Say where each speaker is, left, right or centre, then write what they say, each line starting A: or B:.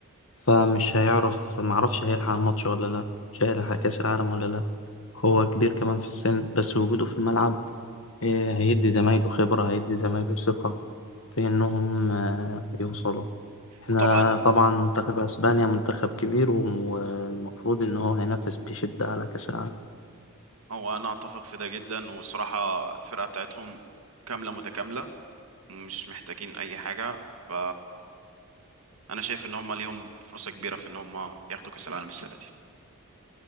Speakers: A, on the left (about 65°); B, on the right (about 75°).
A: فمش هيعرف معرفش هيلحق الماتش ولا لا مش هيلحق كأس العالم ولا لا هو كبير كمان في السن بس وجوده في الملعب آه، هيدي زمايله خبرة هيدي زمايله ثقة في إنهم آه، يوصلوا احنا
B: وطبعا
A: طبعا منتخب أسبانيا منتخب كبير والمفروض إن هو هينافس بشدة على كأس العالم
B: هو انا اتفق في ده جدا والصراحة الفرقة بتاعتهم كاملة متكاملة مش محتاجين اي حاجه ف انا شايف ان هم ليهم فرصه كبيره في ان هم ياخدوا كاس العالم السنه دي